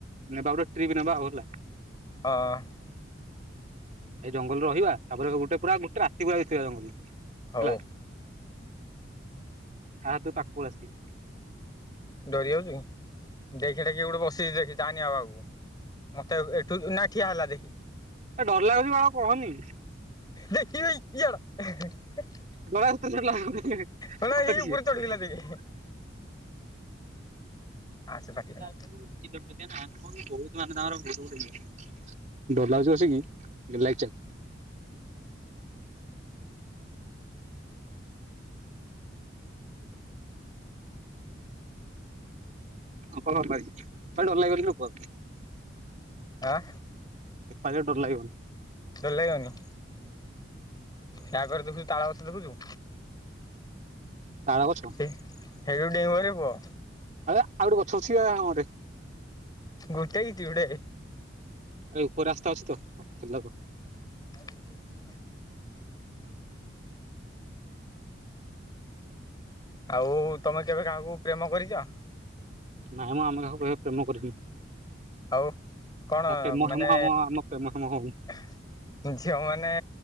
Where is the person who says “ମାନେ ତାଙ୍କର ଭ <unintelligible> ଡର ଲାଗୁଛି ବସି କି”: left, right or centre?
Right